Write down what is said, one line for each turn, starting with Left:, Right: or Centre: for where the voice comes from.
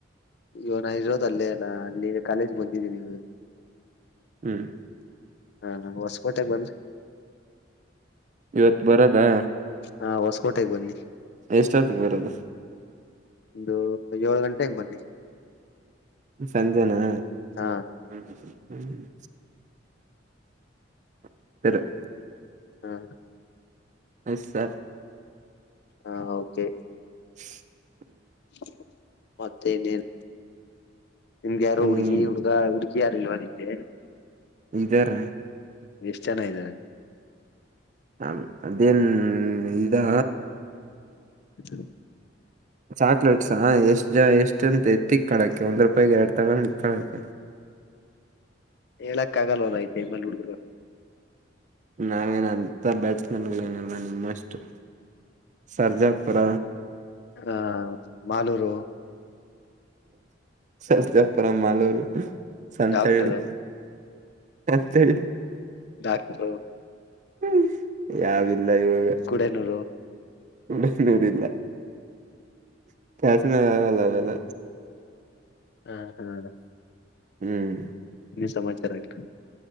Left: ಈವಾಗ್ ನನ್ ಇರೋದ ಅಲ್ಲೇ ನ ಅಲ್ಲಿ ಕಾಲೇಜ್ ಬಂದಿದ್ದೀನಿ.
Right: ಹ್ಮ್
Left: ಹಾ ಹೊಸಕೋಟೆಗೆ ಬಂದ್ರಿ <inaudible>
Right: ಇವತ್ ಬರದಾ
Left: ಹಾ ಹೊಸಕೋಟೆಗೆ ಬನ್ನಿ.
Right: ಎಷ್ಟ ಹೊತ್ತಿಗೆ ಬರೋದು
Left: ಒಂದು ಏಳ್ ಗಂಟೆ ಹಂಗ ಬನ್ನಿ
Right: ಸಂಜೆನಾ
Left: ಹಾ
Right: ಹ್ಮ ಹ್ಮ್. <unintelligible>
Left: ಹಾ
Right: ಎಸ್ ಸರ್.
Left: ಹಾ ಓಕೆ
Right: <inaudible>
Left: <inaudible> ಮತ್ತ ಇನೇನ ನಿಮ್ಗ ಯಾರು
Right: ಹ್ಮ್
Left: ಹುಡ್ಗಿ ಹುಡ್ಗ ಹುಡ್ಗಿ ಯಾರ ಇಲ್ವ <unintelligible>
Right: ಇದರ
Left: ಎಷ್ಟು ಜನ ಇದಾರೆ
Right: ಹ ಅದೇನ್ ಇದಾ
Left: ಹ
Right: ಚಾಕ್ಲೇಟ್ಸ್ಾ ಎಷ್ಟು ಜನ ಎಷ್ಟ ಅಂತ ತಿಕ್ಕಳಕ್ಕೆ ಒಂದ್ ರೂಪಾಯಿಗೆ ಎರಡು ತಗೊಂಡು ಇಕ್ಕೊಳ್ಳಕ.
Left: ಹೇಳಕ್ ಆಗಲ್ವಲ್ಲ ಈ ಟೈಮಲ್ಲಿ ಹುಡುಗುರು
Right: ನಾವೇನ ಅಂತ ಬ್ಯಾಟ್ಸ್ಮನ್ಗಳ ಏನಲ್ಲ ನಿಮ್ಮಷ್ಟು ಸರ್ಜಾಪುರ
Left: ಹ್ಮ ಮಾಲೂರು
Right: ಸರ್ಜಾಪುರ ಮಾಲೂರು ಸಂತಳ್ಳಿ
Left: ಡಾಕ್ಟರ್
Right: <inaudible>
Left: ಡಾಕ್ಟ್ರು
Right: ಹ್ಮ್ ಯಾವ್ ಇಲ್ಲ ಇವಾಗ
Left: ಕುಡನೂರು
Right: <unintelligible> ದೂರಿಲ್ಲ <unintelligible> ಇವೆಲ್ಲ
Left: ಹಾ ಹಾ
Right: ಹ್ಮ್
Left: ಏನ್ ಸಮಾಚಾರ ಅಯ್ತ್